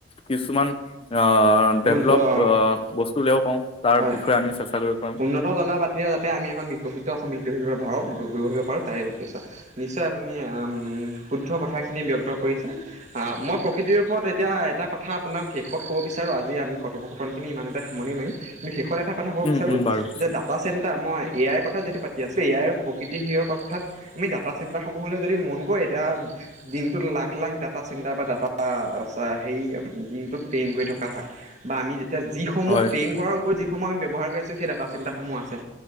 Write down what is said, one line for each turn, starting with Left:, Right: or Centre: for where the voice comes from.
Left: কিছুমান অ,
Right: হয়
Left: ডেভলপ
Right: হয়
Left: অহ, বস্তু লৈও কওঁ। তাৰ বিষয়ে
Right: হয়
Left: আমি চেষ্টা কৰিব পাৰিম।
Right: উন্নত জনৰ পাতিৰে যাতে আমি এখন বিকশিত অসম বি্তা <inaudible> ৰ ভাৰত গঢ়িব পাৰো। তাই বুধি আছা। <unintelligible> নিশ্চয় আপুনি উম ', শুদ্ধ কথাখিনি ব্যক্ত কৰিছে। মই প্ৰকৃতিৰ ওপৰত এতিয়া এটা কথা আপোনাক শেষত ক'ব বিচাৰোঁ আজি আমি কথূপ কথন খিনি ইমানতে সামনি মাৰিম। শেষত এটা কথা ক'ব
Left: উম
Right: বিচাৰো
Left: উম বাৰু
Right: যে ডাটা চেণ্টাৰ মই এ আইৰ কথা যিটো পাতি আছো এ আইৰ প্ৰকৃতি হিৰ অৰ্থাত- আমি ডাটা চেণ্টাৰসমূহলৈ যদি মন কৰো এতিয়া দিনটোত লাখ- লাখ ডাটা চেণ্টাৰ বা ডাটা হেৰি দিনটোত ট্ৰেইন কৰি থকা হয় বা আমি এতিয়া যিসমূহ
Left: হয়
Right: ট্ৰেইন কৰাৰ সময় ব্যৱহাৰ কৰি আছে সেই ডাটা চেণ্টাৰ সমূহ আছে